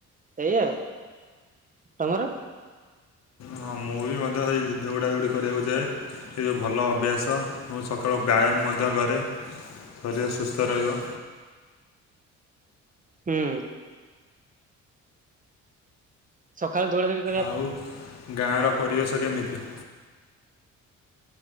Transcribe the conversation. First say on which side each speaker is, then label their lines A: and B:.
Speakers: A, on the right (about 25°); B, on the left (about 60°).
A: ଏଇ ଆଉ, ତମର?
B: ହଁ ମୁଁ ବି ମଧ୍ୟ ସେଇ ଦୌଡ଼ାଦୌଡ଼ି କରିବାକୁ ଯାଏ। ଏ ଯୋଉ ଭଲ ଅଭ୍ୟାସ ମୁଁ ସକାଳୁ ବ୍ୟାୟାମ ମଧ୍ୟ କରେ। ଶରୀର ସୁସ୍ଥ ରହିବ।
A: ହୁଁ। ସକାଳୁ ଦୌଡ଼ାଦୌଡ଼ି
B: ଆଉ ଗାଆଁର ପରିବେଶ କେମିତି?